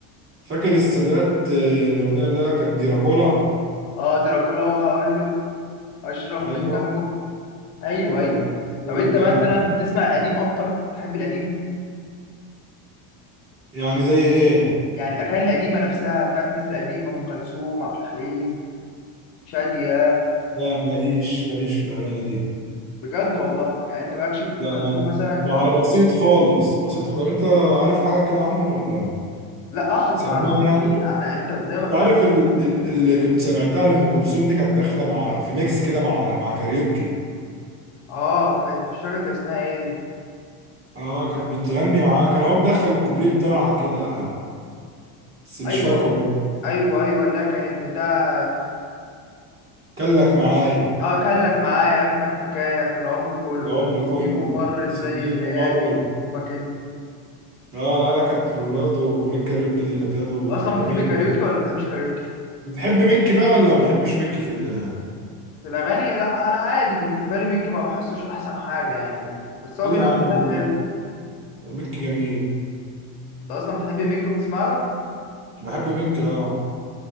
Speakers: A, on the right (about 30°); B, on the left (about 60°).
A: فاكر السادات آه، الأغنية اللي هي كانت ديراكولا
B: اه دراكولا وهقول لك اشرب
A: أيوه
B: من دمكم ايوه
A: فاكر ديراكولا
B: ايوه
A: مم.
B: طب
A: هي كانت
B: انت مثلا
A: جامدة
B: بتسمع القديم اكتر بتحب القديم
A: يعني زي إيه؟
B: يعني الاغاني القديمه نفسها بتاعت الناس القديمه ام كلثوم عبد الحليم شاديه
A: لا ماليش ماليش في الأغاني دي
B: بجد والله يعني انت مالكش في ام
A: لا
B: كلثوم
A: يعني
B: مثلا
A: ب- على بسيط خالص بسيط طب أنت عارف حاجة كده عنهم ولا
B: لا اه بسمع
A: سميع
B: لهم
A: يعني؟
B: اكيد يا عم يعني انت ازاي ما
A: أنت
B: بت-
A: عارف ال- ال- اللي كنت سمعتها لأم كلثوم دي كانت داخلة مع في ميكس كده مع مع كاريوكي
B: اه كانت مش فاكر كان اسمها ايه
A: آه كانت بتغني معاه كان هو مدخل الكوبليه بتاعها كده بس مش
B: ايوه
A: فاكره بقى
B: ايوه ايوه اللي هي كانت بتاع
A: كان لك معايا
B: اه آه، كان لك معايا اجمل حكايه في العمر كله
A: العمر كله
B: سنين ومرت
A: سنين
B: زي الليالي
A: ومرت
B: حبك انت
A: اه لا لا كانت برضه اغنيه كاريوكي دي كانت برضه
B: اصلا
A: كانت
B: بتحب
A: جميله
B: كاريوكي ولا ما بتحبش كاريوكي
A: بتحب ميكي بقى ولا ما بتحبش ميكي في ال
B: في الاغاني لا انا عادي بالنسبه لي ميكي ما بحسوش احسن حاجه يعني بالنا. بس هو
A: ليه
B: بينزل
A: يا عم
B: اغاني حلو
A: ميكي جميل
B: انت اصلا بتحب ميكي وبتسمع له
A: بحب ميكي اه